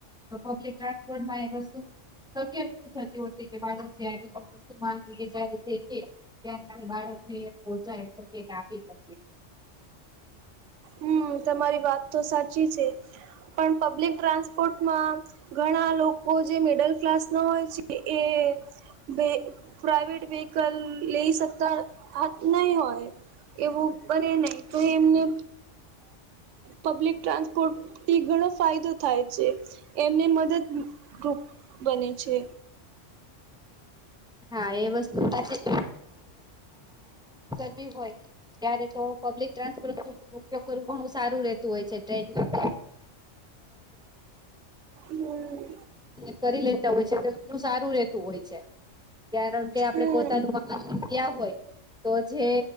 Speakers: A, in the centre; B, on the right.
A: તો પબ્લિક ટ્રાન્સપોર્ટ માં એ વસ્તુ. તો કેમ નથી થતી હોતી કે બાળક જ વસ્તુ જ <inaudible> ત્યારે આપણે બાળક ને પોહોચાય <unintelligible> આપી શકીએ.
B: હમ તમારી વાત તો સાચી છે પણ પબ્લિક ટ્રાન્સપોર્ટમાં ઘણા લોકો જે મિડલ ક્લાસ ના હોય છે, એ બે પ્રઇવેટ વેહકલ લઈ શકતા નહી હોય. એવું બને નહી તો એમને પબ્લિક ટ્રાન્સપોર્ટ થી ઘણો ફાયદો થાય છે. એમને મદદરૂૂપ બને છે.
A: હા એ વસ્તુ <unintelligible> ગરી હોય ત્યારે તો પબ્લિક ટ્રાન્સપોર્ટ નુ ઉપયોગ કરવો ઘણું સારું રહે. હોય છે ટ્રેનમાં
B: હમ
A: કર <unintelligible> લેતા હોય છે તો એું સારું રેતું હોય છે. કારણ કે આપડે
B: હમ
A: પોતાનું વાહન ગયા હોય તો જે